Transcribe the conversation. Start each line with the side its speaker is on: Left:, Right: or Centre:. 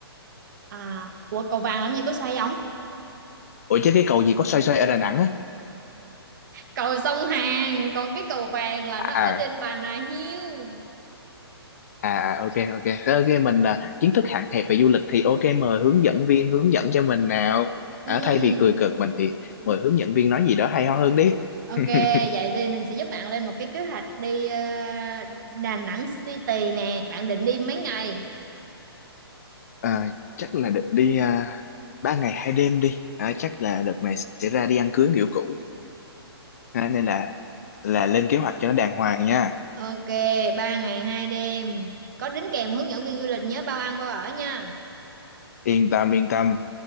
Right: À, ủa cầu vàng làm gì có xoay ống?
Left: ủa chứ cái cầu gì có xoay xoay ở Đà Nẵng á
Right: Cầu sông Hàn, còn cái cầu vàng là
Left: à
Right: nó ở
Left: à,
Right: trên Bà Nà Hills.
Left: à à, ok ok Thế ok mình à, kiến thức hạn hẹp về du lịch thì ok mời hướng dẫn viên hướng dẫn cho mình nào
Right: Ừ.
Left: à, thay vì cười cợt mình thì mời hướng dẫn viên nói gì đó hay ho hơn đi <laughs>
Right: Ok, vậy bây giờ mình sẽ giúp bạn lên một cái kế hoạch đi ờ, Đà Nẵng City nè. Bạn định đi mấy ngày?
Left: à, chắc là định đi à, ba ngày hai đêm đi à, chắc là đợt này sẽ ra đi ăn cưới kiểu cũ à, nên là là lên kế hoạch cho nó đàng hoàng nha
Right: Ok, ba ngày 2 đêm. Có đính kèm hướng dẫn viên du lịch nhớ bao ăn bao ở nha.
Left: yên tâm yên tâm